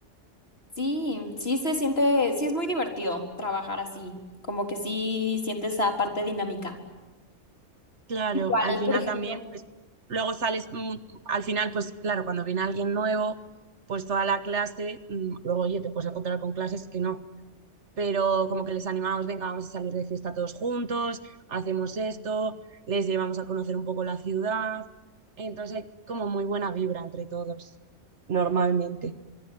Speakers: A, on the left (about 55°); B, on the right (about 70°).
A: Sí, sí se siente, sí es muy divertido trabajar así, como que sí sientes la parte dinámica.
B: Claro,
A: Igual,
B: al final
A: por ejemplo.
B: también, pues, luego sales, mm, al final, pues, claro, cuando viene alguien nuevo, pues toda la clase, mm, luego, oye, te puedes encontrar con clases que no. pero como que les animamos, venga, vamos a salir de fiesta todos juntos, hacemos esto, les llevamos a conocer un poco la ciudad, entonces hay como muy buena vibra entre todos, normalmente.